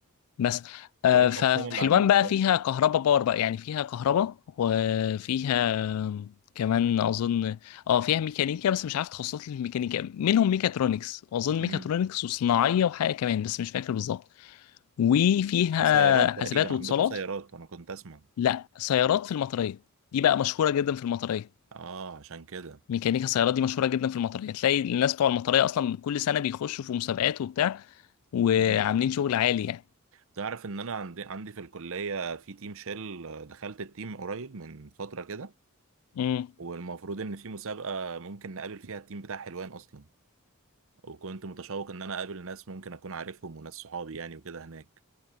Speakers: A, on the left; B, on the right.
A: بس آه
B: وايه الاقسام
A: ففي
B: اللي
A: حلوان
B: عندكم
A: بقى فيها كهرباء باور بقى يعني فيها كهرباء وفيها كمان اظن اه فيها ميكانيكا بس مش عارف تخصصات الميكانيكا منهم ميكاترونكس واظن
B: بقى
A: ميكاترونكس وصناعيه وحاجه كمان بس مش فاكر بالظبط وفيها
B: في سيارات تقريبا
A: حاسبات
B: عندكم
A: واتصالات
B: سيارات انا كنت اسمع
A: لا سيارات في المطريه دي بقى مشهوره جدا في المطريه
B: اه عشان كده
A: ميكانيكا سيارات دي مشهوره جدا في المطريه تلاقي الناس بتوع المطريه اصلا كل سنه بيخشوا في مسابقات وبتاع وعاملين
B: مم.
A: شغل عالي يعني
B: تعرف ان انا عندي عندي في الكلية في تيم شيل آه، دخلت التيم قريب من فترة كده
A: امم
B: والمفروض ان في مسابقة ممكن نقابل فيها التيم بتاع حلوان اصلا وكنت متشوق ان انا اقابل ناس ممكن اكون عارفهم وناس صحابي يعني وكده هناك